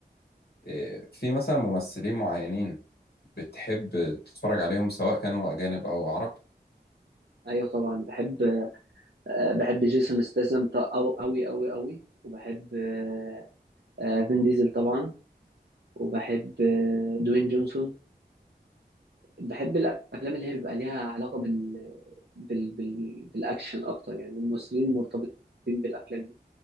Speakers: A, on the left; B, on the right.
A: آه، في مثلا ممثلين معينين بتحب تتفرج عليهم سواء كانوا أجانب أو عرب؟
B: ايوه طبعا بحب آه، بحب جيسون ستاثام أو أوي أوي أوي وبحب آه، آه، فين ديزل طبعا وبحب آه، دوين جونسون بحب الأفلام اللي هي بيبقى ليها علاقة بال... بال... بال... بالأكشن أكتر يعني الممثلين مرتبطين بالأفلام دي